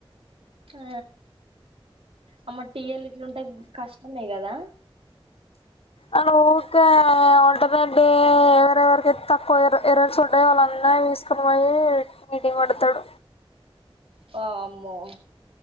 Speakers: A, on the right; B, on the left.
A: ఆ అమ్మా టీఎల్ ఇట్లుంటే కష్టమే కదా
B: అన ఊరికే ఆల్టర్నేట్ డే ఎవరెవరికిైతే తక్కువ ఎరస్ ఉంటాయో వాళ్ళంద తీసుకొని పోయి మీటింగ్ పెడతాడు
A: వామ్మో